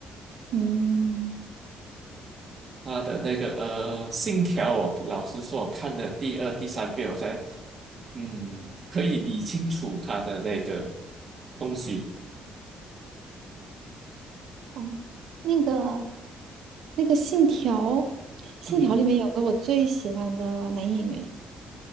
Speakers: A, on the right; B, on the right.
A: 嗯，
B: 他的那个呃《信条》，我老实说，我看的第二、第三遍，我才嗯可以理清楚他的那个东西，
A: 哦，那个那个信条，信条里面有个我最喜欢的男演员，
B: 嗯，